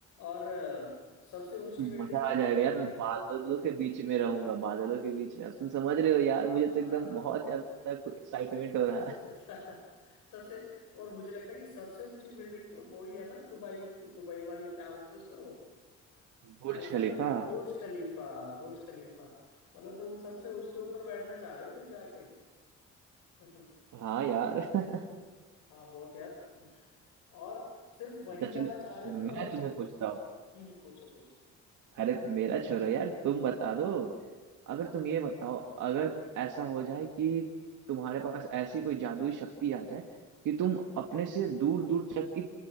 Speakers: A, on the left; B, on the right.
A: और अ, सबसे ऊंची बिल्डिंग
B: मजा आ जाएगा
A: तुम
B: यार मैं बादलों के बीच में रहूंगा बादलों के बीच में अब तुम समझ रहे हो यार मुझे
A: आ,
B: तो एकदम बहुत ज्यादा एक्साइटमेंट
A: अरे यार,
B: हो रहा
A: सबसे
B: है
A: <laughs> सबसे और मुझे लगता है कि सबसे ऊंची बिल्डिंग तो वही है ना दुबई दुबई वाली क्या बोलते हैं उसको
B: बुर्ज
A: आईफल
B: खलीफा
A: बुर्ज खलीफा बुर्ज खलीफा मतलब तुम सबसे उसके ऊपर बैठना चाह रहे हो फिर जाके <laughs>
B: हाँ यार <laughs>
A: हाँ बहुत यार और सिर्फ वहीं
B: अच्छा
A: जाना
B: चलो
A: चाह रहे हो कि
B: मैं
A: और
B: तुम्हें
A: भी
B: पूछता हूँ
A: हम्म पूछो पूछो
B: अरे मेरा छोड़ो यार तुम बता दो अगर तुम ये बताओ अगर ऐसा हो जाए कि तुम्हारे पास ऐसी कोई जादुई शक्ति आ जाए कि तुम अपने से दूर दूर तक की